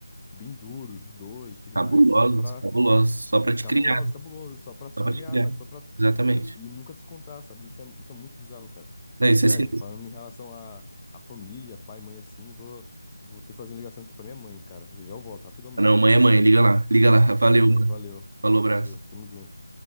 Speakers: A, on the left; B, on the right.
A: bem duros, de dores e tudo
B: Cabulosos,
A: mais, só pra.
B: cabulosos. Só pra te
A: Cabulosos,
B: criar,
A: cabulosos, só pra se
B: só
A: criar,
B: pra te criar.
A: sabe? Só pra.
B: Exatamente.
A: E nunca se contar, sabe? Isso é, isso é muito bizarro, cara.
B: Não, isso
A: E, velho,
B: é sinistro.
A: falando em relação à à família, pai, mãe, assim, vou, vou ter que fazer uma ligação aqui pra minha mãe, cara. Já já eu volto, rapidão mesmo.
B: Ah, Não, mãe é mãe, liga lá, liga lá. Valeu,
A: Mãe, é mãe,
B: mano.
A: valeu.
B: Falou, abraço.
A: Valeu, tamo junto.